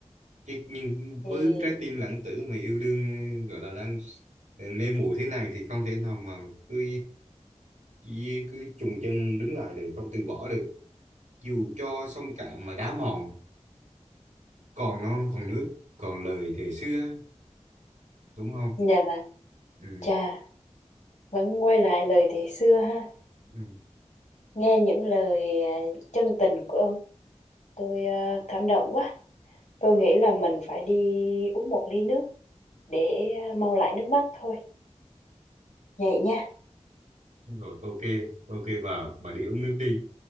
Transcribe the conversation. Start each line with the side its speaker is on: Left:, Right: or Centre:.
Right: chứ nhưng
Left: Thì
Right: với trái tim lãng tử mà yêu đương gọi là đang mê muội thế này thì không thể nào mà cứ cứ, cứ chùng chân đứng lại được không từ bỏ được dù cho sông cạn mà đá mòn còn non còn nước còn lời thời xưa đúng không
Left: nhà là
Right: ừ,
Left: chà vẫn quay lại lời thì xưa ha.
Right: ừ.
Left: Nghe những lời ờ, chân tình của ông, tôi ờ, cảm động quá. Tôi nghĩ là mình phải đi uống một ly nước để ờ, mau lại nước mắt thôi. Vậy nha.
Right: rồi ok ok vào và đi uống nước đi